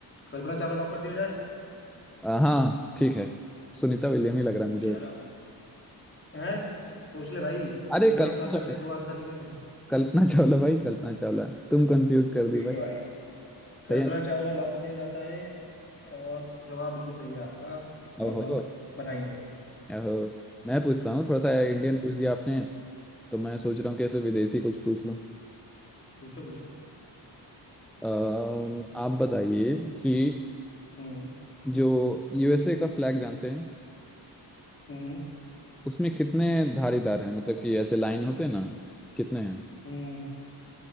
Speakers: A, on the left; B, in the centre.
A: कल्पना चावला लॉक कर दिया जाए
B: आ, हाँ ठीक है सुनीता विलियम ही लग रहा है मुझे
A: चलो
B: वैसे।
A: भाई है सोच ले भाई
B: अरे
A: एक बार
B: कल्पना
A: एक आंसर
B: चावला
A: दे दो आंसर नहीं देने
B: कल्पना चावला भाई कल्पना चावला तुम कंफ्यूज कर
A: ठीक
B: दी भाई
A: है भाई कल्पना
B: सही है
A: चावला लॉक किया जाता है और जवाब बिल्कुल सही है आपका बहुत
B: ओहो
A: बहुत बधाई हैं।
B: ओहो मैं पूछता हूँ थोड़ा सा इंडियन पूछ दिया आपने तो मैं सोच रहा हूँ कैसे विदेशी कुछ पूछ लूँ
A: पूछो पूछो
B: अम, आप बताइए कि
A: हम्म
B: जो यूएसए का फ्लैग जानते हैं
A: हम्म
B: उसमें कितने धारीदार हैं मतलब कि ऐसे लाइन होते हैं ना कितने हैं
A: हम्म